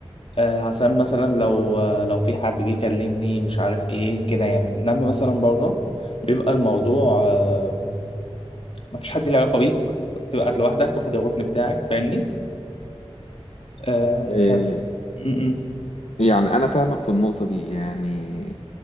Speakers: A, on the left; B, on the left.
A: آه، عشان مثلا لو آه، لو في حد جه يكلمني مش عارف ايه كده يعني انما مثلا بره بيبقى الموضوع آه، مفيش حد له علاقه بيك بتبقى قاعد لوحدك واخد الركن بتاعك فاهمني آه
B: ده
A: ف م-م.
B: يعني انا فاهمك في النقطه دي يعني